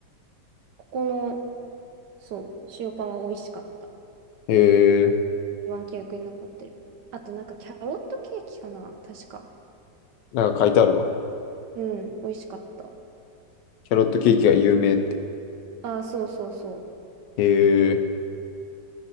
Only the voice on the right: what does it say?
ここの、そう、塩パンは美味しかった。
一番記憶に残ってる。あとなんかキャロットケーキかな確か。
うん、美味しかった。
ああ、そうそうそ